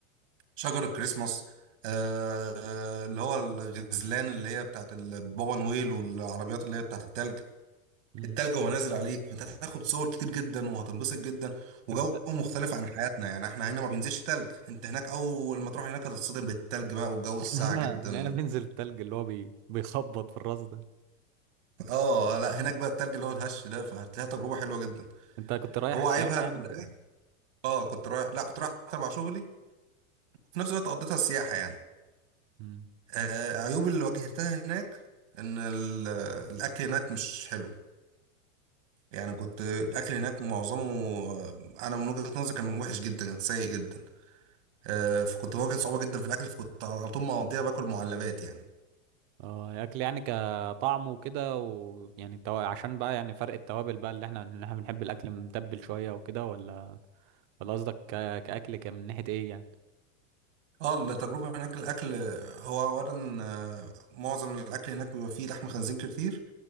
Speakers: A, on the right; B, on the right.
A: شجر الكريسماس آه آه، اللي هو الغزلان اللي هي بتاعت البابا نويل والعربيات اللي هي بتاعت التلج
B: مم.
A: التلج وهو نازل عليك انت هتاخد صور كتير جدا وهتنبسط جدا وجو
B: انت كنت <laughs>
A: مختلف عن حياتنا يعني احنا هنا ما بينزلش تلج انت هناك اول ما تروح هناك هتتصدم بالتلج بقى والجو الساقع
B: احنا هنا
A: جدا
B: احنا هنا بننزل التلج اللي هو بي... بيخبط في الراس ده
A: اه لا هناك بقى التلج اللي هو الهش ده فهتلاقيها تجربه حلوه جدا
B: انت كنت رايح
A: هو
B: سياحه
A: عيبها ال-
B: يعني وكده
A: اه كنت رايح لا كنت رايح تبع شغلي في نفس الوقت قضيتها سياحه يعني
B: مم.
A: آه عيوب اللي واجهتها هناك ان ال- الاكل هناك مش حلو يعني كنت الاكل هناك معظمه آه، انا من وجهه نظري كان وحش جدا كان سيء جدا آه فكنت بواجه صعوبه جدا في الاكل فكنت على طول مقضيها باكل معلبات يعني
B: اه اكل يعني كطعم وكده ويعني تو... عشان بقى يعني فرق التوابل بقى اللي احنا ان احنا بنحب الاكل متبل شويه وكده ولا ولا قصدك ك... كاكل كان من ناحيه ايه يعني
A: اه التجربة هناك الأكل هو أولا آه، معظم الأكل هناك بيبقى فيه لحم خنزير كتير